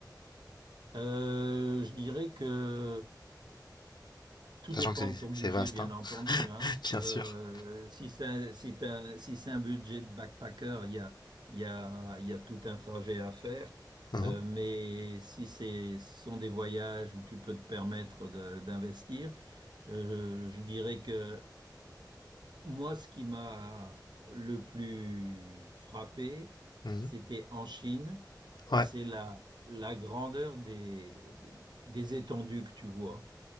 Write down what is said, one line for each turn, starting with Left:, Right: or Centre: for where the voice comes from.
Right: Euh, je dirais que Tout
Left: Sachant
Right: dépend
Left: que c'est
Right: de ton
Left: c'est
Right: budget,
Left: vaste,
Right: bien
Left: hein,
Right: entendu, hein.
Left: <laughs> bien
Right: Euh,
Left: sûr.
Right: si c'est un, si t'as un- si c'est un budget de backpacker, il y a, il y a, il y a tout un trajet à faire.
Left: Mhm,
Right: Euh, mais si c'est, ce sont des voyages où tu peux te permettre de- d'investir, euh, je dirais que moi, ce qui m'a le plus frappé,
Left: mhm.
Right: c'était en Chine,
Left: Ouais.
Right: c'est la, la grandeur des, des des étendues que tu vois.